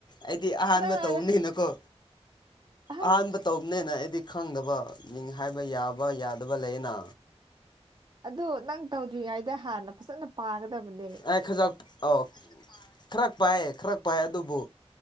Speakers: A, on the left; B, on the right.
A: ꯑꯩꯗꯤ ꯑꯍꯥꯟꯕ
B: ꯅꯪ
A: ꯇꯧꯕꯅꯤꯅꯀꯣ
B: ꯑꯁ
A: ꯑꯍꯥꯟꯕ ꯇꯧꯕꯅꯤꯅ ꯑꯩꯗꯤ ꯈꯪꯗꯕ ꯃꯤꯡ ꯍꯥꯏꯕ ꯌꯥꯕ ꯌꯥꯗꯕ ꯂꯩꯌꯦꯅ꯫
B: ꯑꯗꯣ ꯅꯪ ꯇꯧꯗ꯭ꯔꯤꯉꯩꯗ ꯍꯥꯟꯅ ꯐꯖꯅ ꯄꯥꯒꯗꯕꯅꯤ꯫
A: ꯑꯩ ꯈꯖꯛ ꯑꯣ <unintelligible> ꯈꯔ ꯄꯥꯏꯌꯦ ꯈꯔ ꯄꯥꯏ ꯑꯗꯨꯕꯨ